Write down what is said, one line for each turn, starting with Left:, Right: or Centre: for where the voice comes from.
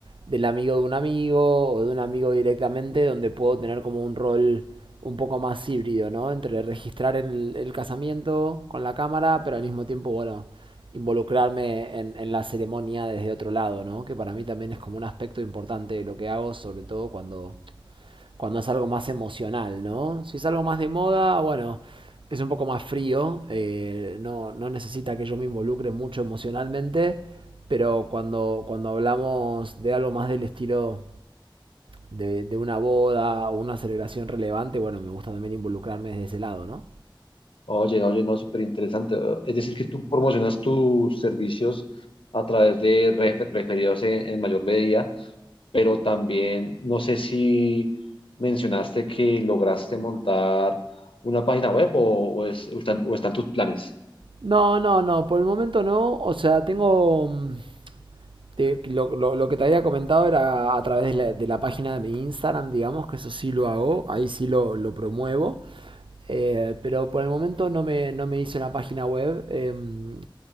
Right: del amigo de un amigo o de un amigo directamente, donde puedo tener como un rol un poco más híbrido, ¿no? Entre registrar el, el casamiento con la cámara, pero al mismo tiempo, bueno, involucrarme en, en la ceremonia desde otro lado, ¿no? Que para mí también es como un aspecto importante de lo que hago, sobre todo cuando cuando es algo más emocional, ¿no? Si es algo más de moda, bueno, es un poco más frío, eh, no, no necesita que yo me involucre mucho emocionalmente, pero cuando, cuando hablamos de algo más del estilo de, de una boda o una celebración relevante, bueno, me gusta también involucrarme desde ese lado, ¿no?
Left: Oye, oye, no, súper interesante. Es decir, que tú promocionas tus servicios a través de refer- referidos en en mayor medida pero también no sé si mencionaste que lograste montar una página web o, o es- o están, o están tus planes.
Right: No, no, no, por el momento no, o sea, tengo... mm, Te- lo, lo- lo que te había comentado era a través de la, de la página de mi Instagram, digamos, que eso sí lo hago, ahí sí lo, lo promuevo. Eh, pero por el momento no me, no me hice una página web. Em,